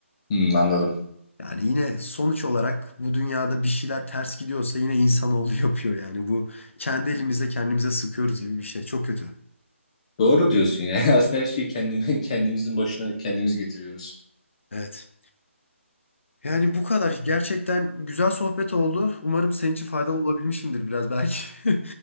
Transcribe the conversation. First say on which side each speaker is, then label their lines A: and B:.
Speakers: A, on the left (about 30°); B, on the left (about 65°).
A: Hmm, anladım.
B: Yani yine sonuç olarak bu dünyada bir şeyler ters gidiyorsa yine insanoğlu <laughs> yapıyor yani. Bu kendi elimizle kendimize sıkıyoruz gibi bir şey. Çok kötü.
A: Doğru diyorsun ya. <laughs> Aslında her şeyi kendimi, kendimizin başına kendimiz getiriyoruz.
B: Evet. Yani bu kadar. Gerçekten güzel sohbet oldu. Umarım senin için faydalı olabilmişimdir biraz belki. <laughs>